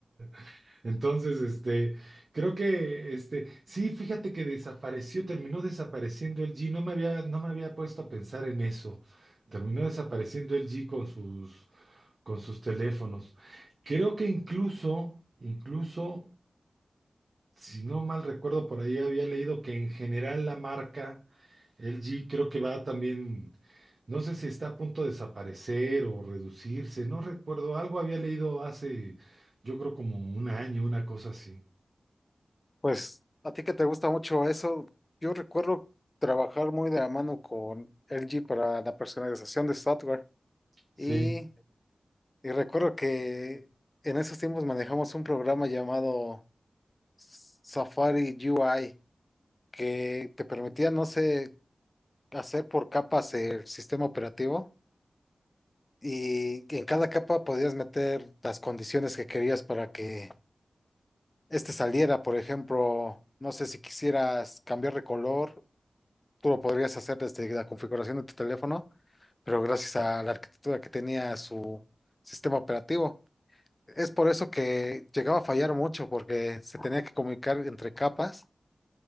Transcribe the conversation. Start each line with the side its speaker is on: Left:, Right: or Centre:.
Right: <laughs> Entonces, este, creo que, este, sí, fíjate que desapareció, terminó desapareciendo L G No me había, no me había puesto a pensar en eso. Terminó desapareciendo L G con sus, con sus teléfonos. Creo que incluso, incluso si no mal recuerdo, por ahí había leído que en general la marca LG creo que va también, no sé si está a punto de desaparecer o reducirse, no recuerdo, algo había leído hace, yo creo como un año, una cosa así.
Left: Pues a ti que te gusta mucho eso, yo recuerdo trabajar muy de la mano con LG para la personalización de software.
Right: Sí.
Left: Y, y recuerdo que en esos tiempos manejamos un programa llamado Safari UI que te permitía, no sé, hacer por capas el sistema operativo. Y que en cada capa podías meter las condiciones que querías para que este saliera. Por ejemplo, no sé si quisieras cambiar de color, tú lo podrías hacer desde la configuración de tu teléfono, pero gracias a la arquitectura que tenía su sistema operativo. Es por eso que llegaba a fallar mucho, porque se tenía que comunicar entre capas.